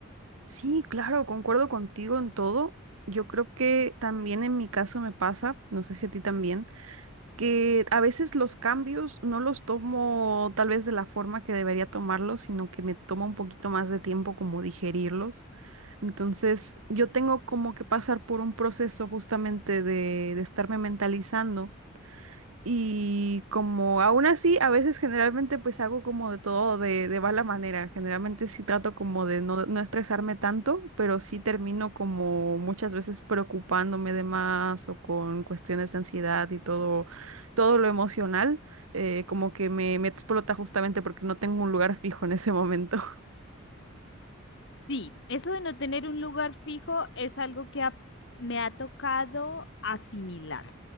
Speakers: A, on the right; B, on the left.
A: Sí, claro, concuerdo contigo en todo. Yo creo que también en mi caso me pasa, no sé si a ti también, que a veces los cambios no los tomo tal vez de la forma que debería tomarlos, sino que me toma un poquito más de tiempo como digerirlos. Entonces, yo tengo como que pasar por un proceso justamente de, de estarme mentalizando y como aún así, a veces generalmente pues hago como de todo de, de mala manera. Generalmente sí trato como de no, no estresarme tanto, pero sí termino como muchas veces preocupándome de más o con cuestiones de ansiedad y todo, todo lo emocional, eh, como que me, me explota justamente porque no tengo un lugar fijo en ese momento.
B: Sí, eso de no tener un lugar fijo es algo que ha- me ha tocado asimilar,